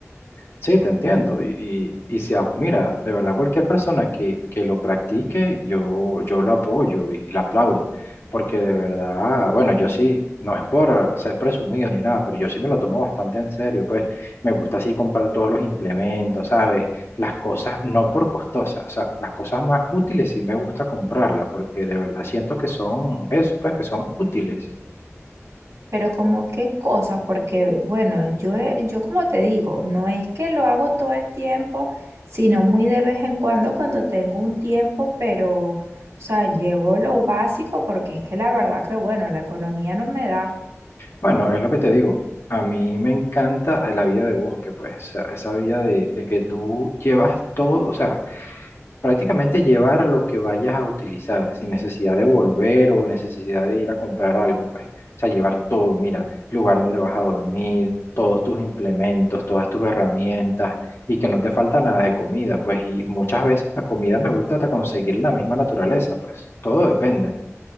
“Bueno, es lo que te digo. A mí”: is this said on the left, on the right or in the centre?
Left